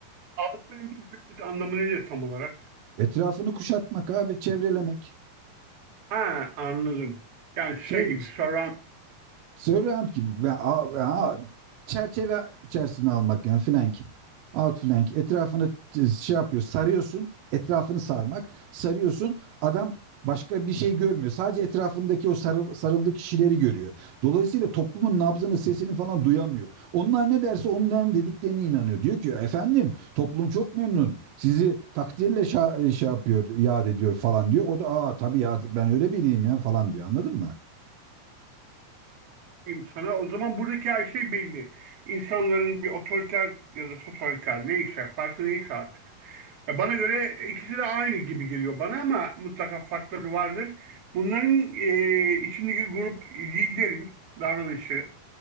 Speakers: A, on the right (about 50°); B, on the right (about 75°).
A: Al- Alt rengin Türkçe anlamı nedir tam olarak?
B: etrafını kuşatmak abi, çevrelemek.
A: Ha anladım. Yani şey
B: Çev-
A: gibi surround
B: Sörrant gibi. Ben, a- a- çerçeve içerisine almak yani flank. Outflank. Etrafını t- şey yapıyor. Sarıyorsun. Etrafını sarmak. Sarıyorsun. Adam başka bir şey görmüyor. Sadece etrafındaki o sarıl, sarıldığı kişileri görüyor. Dolayısıyla toplumun nabzını, sesini falan duyamıyor. Onlar ne derse onların dediklerine inanıyor. Diyor ki efendim toplum çok memnun. Sizi takdirle şa- e, şey yapıyor, yad ediyor falan diyor. O da aa tabii ya ben öyle biriyim ya falan diyor. Anladın mı?
A: diyeyim sana. O zaman buradaki her şey belli. İnsanların bir otoriter ya da totaliter neyse farkı neyse artık. Ya bana göre ikisi de aynı gibi geliyor bana ama mutlaka farkları vardır. Bunların e, içindeki grup liderin davranışı